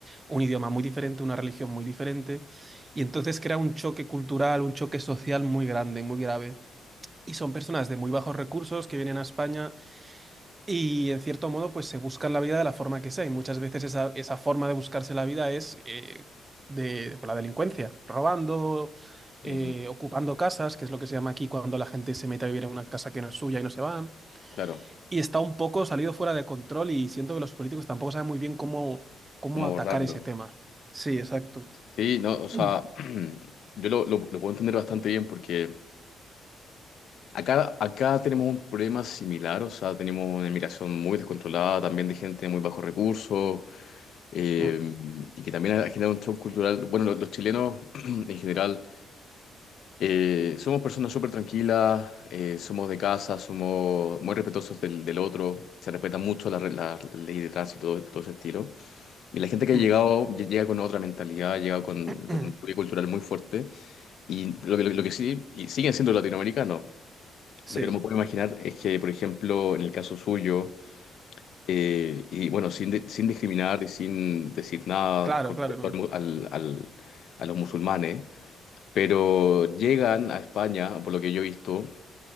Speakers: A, on the right; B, on the left.
A: un idioma muy diferente, una religión muy diferente, y entonces crea un choque cultural, un choque social muy grande, muy grave. Y son personas de muy bajos recursos que vienen a España y en cierto modo, pues se buscan la vida de la forma que sea. Y muchas veces esa, esa forma de buscarse la vida es eh, de por la delincuencia, robando, eh,
B: ujú,
A: ocupando casas, que es lo que se llama aquí cuando la gente se mete a vivir en una casa que no es suya y no se van.
B: claro,
A: Y está un poco salido fuera de control y siento que los políticos tampoco saben muy bien cómo, cómo
B: cómo
A: atacar
B: borrarlo.
A: ese tema. Sí, exacto.
B: Sí, no, o sea,
A: Mm,
B: <clears throat> yo lo, lo, lo puedo entender bastante bien porque Acá, acá tenemos un problema similar, o sea, tenemos una inmigración muy descontrolada, también de gente de muy bajos recursos, eh,
A: mm,
B: y que también ha generado un shock cultural. Bueno, lo- los, chilenos <clears throat> en general eh, somos personas súper tranquilas, eh, somos de casa, somos muy respetuosos del, del otro, se respetan mucho la, re- la ley de tránsito, todo, todo ese estilo. Y la gente que ha
A: mm,
B: llegado lle- llega con otra mentalidad, llega con,
A: mm.
B: con un choque cultural muy fuerte, y lo, que- lo, que sí, y siguen siendo latinoamericanos.
A: Sí,
B: Lo que no me puedo imaginar es que, por ejemplo, en el caso suyo, eh, y bueno, sin, di- sin discriminar y sin decir nada
A: claro,
B: con
A: claro,
B: respecto al, mu- al- al- a los musulmanes, pero llegan a España, por lo que yo he visto,